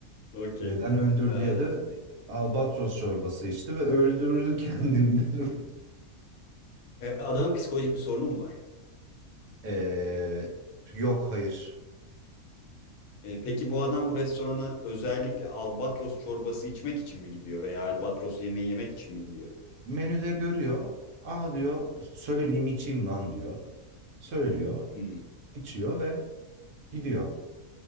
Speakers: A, on the left (about 80°); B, on the right (about 70°).
A: Okey.
B: Neden öldür
A: Ee,
B: diye de albatros çorbası içti ve öldürür kendini derim. <laughs>
A: e, adamın psikolojik bir sorunu mu var?
B: Ee, yok hayır.
A: Ee, peki bu adam bu restorana özellikle albatros çorbası içmek için mi gidiyor veya albatros yemeği yemek için mi gidiyor?
B: Menüde görüyor. Aa diyor söyleyeyim içeyim lan diyor. Söylüyor,
A: Hmm.
B: içiyor ve gidiyor.